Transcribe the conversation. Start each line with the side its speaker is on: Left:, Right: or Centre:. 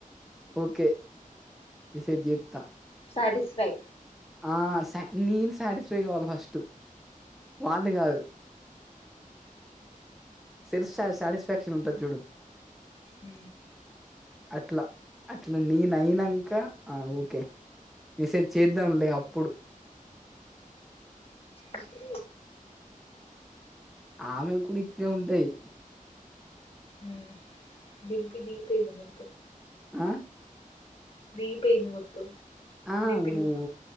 Centre: ఓకే ఇ సెట్ జేత్త
Left: శాటిస్ఫై
Centre: ఆ సా నేను సాటిస్ఫై కావాలి ఫస్ట్ వాంది కాదు సిరిస్ సాటిస్ఫాక్షన్ ఉంటది చూడు
Left: అ
Centre: అట్లా అట్లా నేన అయినంక ఆ ఓకే మెసేజ్ చేద్దాంలే అప్పుడు
Left: అప్పు
Centre: ఆమె కూడా ఇట్లే ఉంటయి.
Left: ఉమ్ డింపి దిగిపోయిదేమో
Centre: ఆ
Left: బీ పోయింది మొత్తం
Centre: ఆ
Left: డింపి నువ్వు
Centre: ఊ